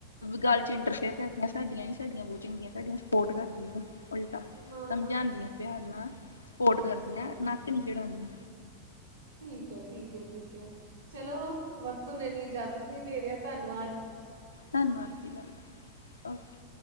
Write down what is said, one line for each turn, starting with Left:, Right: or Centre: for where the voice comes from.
Left: ਗੱਲ ਚ ਇੰਟਰਫੇਅਰ ਕਰਦੀਆਂ ਸਾਡੀਆਂ ਈ ਸਾਡੀਆਂ ਬਓ ਚੰਗੀਆਂ ਸਾਡੀਆਂ ਸਪੋਟ ਕਰਦੀਆ। ਉਲਟਾ
Right: ਨਾ
Left: ਸਮਝਾਂਦੀਆ
Right: ਨਾ
Left: ਪਿਆਰ ਨਾਲ, ਸਪੋਟ
Right: ਅੱਛਾ
Left: ਕਰਦੀਆਂ,
Right: ਅੱਛਾ
Left: ਨੱਕ ਨੀ ਚੜਾਂਦੀਆ।
Right: ਠੀਕ ਹੈ ਠੀਕ ਏ, ਠੀਕ ਏ, ਚਲੋ ਵਕਤਨ ਇੰਨੀ ਇਜਾਜ਼ਤ ਨਹੀਂ ਦੇ ਰਿਆ, ਧੰਨਵਾਦ।
Left: ਧੰਨਵਾਦ ਜੀ, ਓਕੇ।